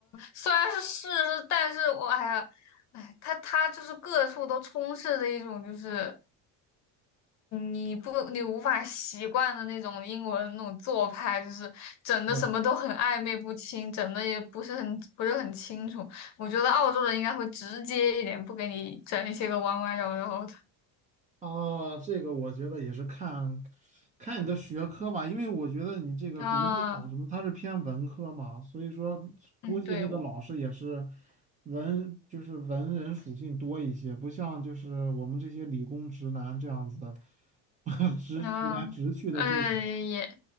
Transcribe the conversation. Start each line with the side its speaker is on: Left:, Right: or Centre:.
Left: 虽然是是，但是我哎呀，哎，它它就是各处都充斥着一种就是你不你无法习惯的那种英文那种做派，就是整的什么都很暧昧不清，
Right: 是。
Left: 整的也不是很不是很清楚。我觉得澳洲人应该会直接一点，不给你整一些个弯弯绕绕的。
Right: 哦，这个我觉得也是看，看你的学科吧，因为我觉得你这个国际法什么，
Left: 啊，
Right: 它是偏文科嘛，所以说估计那个老师也是
Left: 嗯，对，我
Right: 文，就是文人属性多一些，不像就是我们这些理工直男这样子，<laughs> 直直来直去的这种。
Left: 啊，哎也。